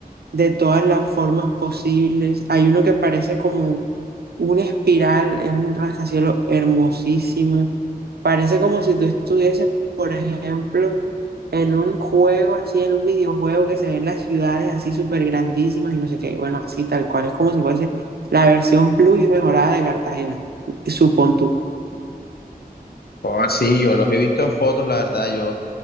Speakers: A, on the right (about 80°); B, on the left (about 75°).
A: de todas las formas posibles. Hay uno que parece como una espiral, es un rascacielos hermosísimo. Parece como si tú estuvieses, por ejemplo, en un juego así, en un videojuego que se ven las ciudades así súper grandísimas y no sé qué. Bueno, así tal cual. Es como si fuese la versión plus y mejorada de Cartagena, supón tú.
B: O así, yo los he visto en fotos, la verdad, yo,